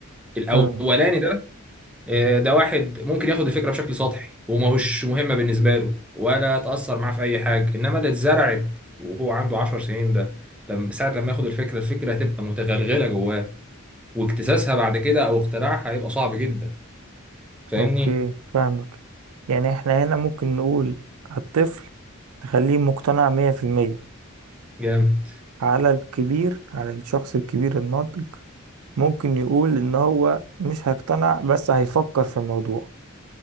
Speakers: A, in the centre; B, on the right.
A: الاولاني
B: امم
A: ده آه، ده واحد ممكن ياخد الفكره بشكل سطحي وماهوش مهمه بالنسبه له ولا تاثر معاه في اي حاجه انما اللي اتزرعت وهو عنده 10 سنين ده لما ساعه لما ياخد الفكره الفكره هتبقى متغلغله جواه واكتساسها بعد كده او اقتناعها هيبقى صعب جدا فاهمني
B: اوكي فاهمك يعني احنا هنا ممكن نقول الطفل تخليه مقتنع مية في المية
A: جامد
B: على الكبير على الشخص الكبير الناضج ممكن يقول ان هو مش هيقتنع بس هيفكر في الموضوع